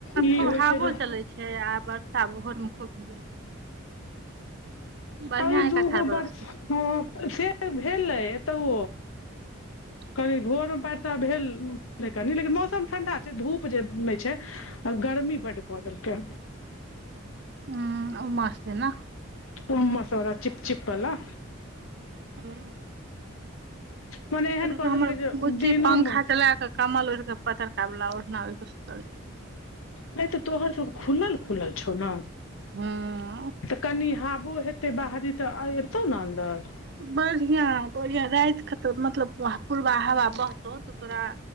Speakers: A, on the left; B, on the right.
A: ई
B: खुब
A: होइ
B: हावो
A: छै जे
B: चलै छय आ बर्षा भोर में खूब भेलए बढ़िया
A: अइ
B: एक
A: दूगो
B: अछाड़ बरसलै
A: बर्ष हऽ से भेलै तऽ
B: ठ
A: कनि भोर में पैर तऽ भेल कनी लेकिन मौसम ठंडा छै धूप जे नहि छय आ गर्मी बड कदैलके
B: हं ओ मासे ने <unintelligible>
A: उम्हर सब बला चिप चिप बला
B: हँ
A: मने एहन
B: एक
A: कऽ
B: हमर
A: देलकै जे
B: बुच्ची
A: दिनो
B: पंखा
A: मे
B: चला के कमल ओढ़ के पतरका वला ओढ़नाुसल छय
A: नहि तऽ तोहर तऽ खुलल खुलल छौ ने
B: हँ
A: तऽ कनि हाबो हेतै बाहरी तऽ एतौ ने अन्दर
B: बढ़िया बढ़िया राइत क तऽ मतलब पूरबा हवा बहतौ तऽ तोरा